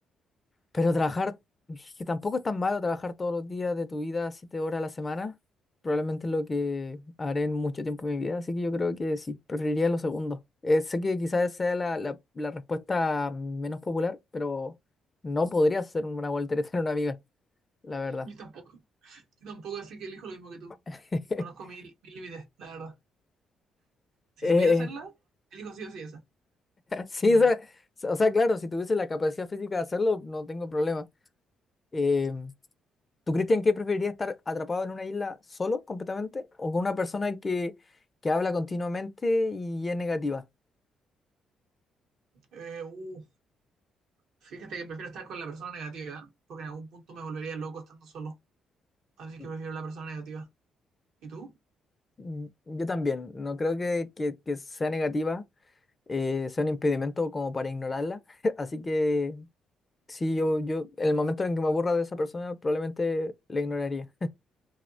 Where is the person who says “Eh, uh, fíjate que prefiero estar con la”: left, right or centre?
Right